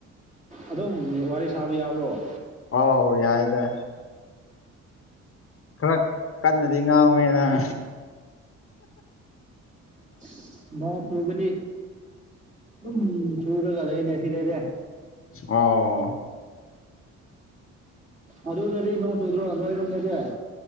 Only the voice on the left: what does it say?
ꯑꯧ ꯌꯥꯏꯗ ꯈꯔ ꯀꯟꯅꯗꯤ ꯉꯥꯡꯉꯣꯍꯦ ꯅꯪ
ꯑꯣ